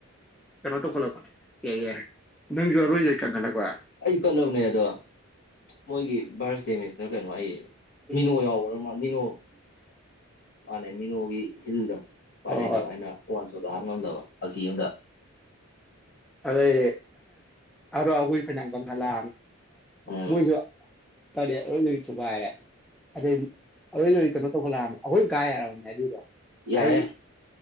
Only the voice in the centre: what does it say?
ꯀꯅꯥꯣ ꯇꯣ ꯈꯣꯂꯛꯄꯅꯦ ꯀꯌꯥꯒ ꯅꯪꯁꯨ ꯑꯔꯣꯏꯖꯩ ꯀꯪꯈꯠꯂꯛꯄ
ꯍꯣꯏ
ꯍꯣꯏ
ꯑꯗꯩ ꯑꯣ ꯑꯕꯨꯣꯏ ꯐꯅ ꯈꯂ
ꯃꯣꯏꯁꯨ ꯇꯂꯤꯌꯥ ꯑꯣꯏꯜꯕꯤ ꯆꯨ ꯄꯔꯦ ꯑꯗꯩ ꯑꯩꯣꯏꯗ ꯀꯩꯅꯣ ꯇꯧꯈꯠꯂꯛꯑꯕꯅꯦ ꯑꯩꯈꯣꯏ ꯀꯥꯏ ꯌꯥꯔꯕꯅꯦ ꯑꯗꯨꯗꯣ
ꯑꯩ